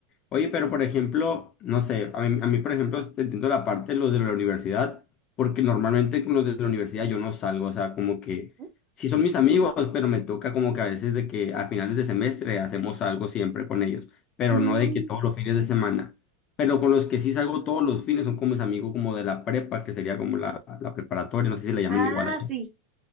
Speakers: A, on the left; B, on the right.
A: Oye, pero por ejemplo, no sé, a mí, a mí, por ejemplo, te entiendo la parte de los de la universidad, porque normalmente con los de la universidad yo no salgo, o sea, como que
B: Ujú.
A: sí son mis amigos, pero me toca como que a veces de que a finales de semestre hacemos algo siempre con ellos, pero
B: Mm,
A: no de que todos los fines de semana. Pero con los que sí salgo todos los fines son como mis amigos como de la prepa, que sería como la, la preparatoria, no sé si la llamen
B: ah,
A: igual allá.
B: sí,